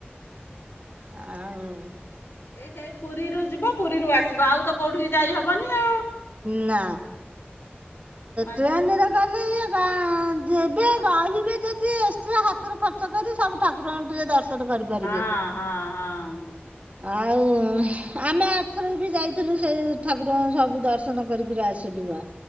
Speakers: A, on the right; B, on the left.
A: ଆଉ।
B: ଏ ସେଇ ପୁରୀରୁ ଯିବ ପୁରୀରୁ ଆସିବ ଆଉ ତ କୋଉଠିକି ଯାଇ ହବନି ଆଉ।
A: ନା
B: ମାଗେ
A: ଟ୍ରେନରେ ଗଲେ ଇଏ ଗାଁ ଯିବେ ରହିବେ ଯଦି ଏକ୍ସଟ୍ରା ହାତରୁ ଖର୍ଚ୍ଚ କରି ସବୁ ଠାକୁରଙ୍କୁ ଟିକେ ଦର୍ଶ ନ କରିପାରିବେ।
B: ହଁ ହଁ ହଁ
A: ଆଉ ଆମେ ଆରଥର ବି ଯାଇଥିଲୁ ସେଇ ଠାକୁରଙ୍କ ସବୁ ଦର୍ଶ ନ କରିକରି ଆସିଲୁ ବା